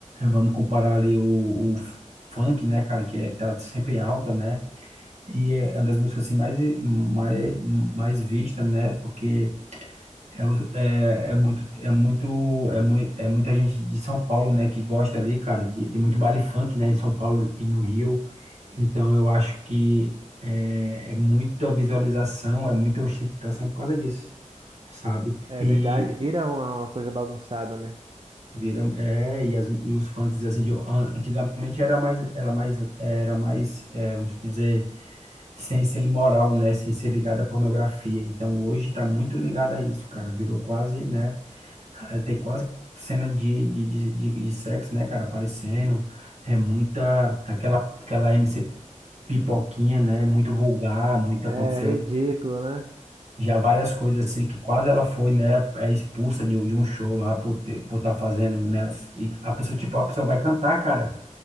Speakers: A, on the right; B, on the right.
A: Vamos comparar ali o, o funk, né, cara, que é, tá sempre alta, né? E é uma das músicas assim mais mais mais vista, né? Porque é, o- é, é muito é muito é, mui- é muita gente de São Paulo, né, que gosta ali, cara, de tem muito baile funk, né, em São Paulo e no Rio. Então eu acho que é, é muita visualização, é muita ostentação por causa disso, sabe?
B: É
A: E
B: verdade, vira uma, uma coisa bagunçada, né?
A: viram é e, as, e os funks assim de, an- antigamente era mais era mais era mais é, vamos dizer sem ser imoral, né? Sem ser ligada à pornografia. Então, hoje está muito ligado a isso, cara. Virou quase, né? eh, Tem quase cena de, de, de, de, de sexo, né, cara? Aparecendo. É muita... Aquela, aquela MC pipoquinha, né? Muito vulgar, muito
B: É
A: aconteceu...
B: ridículo, né?
A: Já várias coisas assim que quase ela foi, né, é expulsa de um, de um show lá por ter, por estar fazendo, né? E a pessoa, tipo, a pessoa vai cantar, cara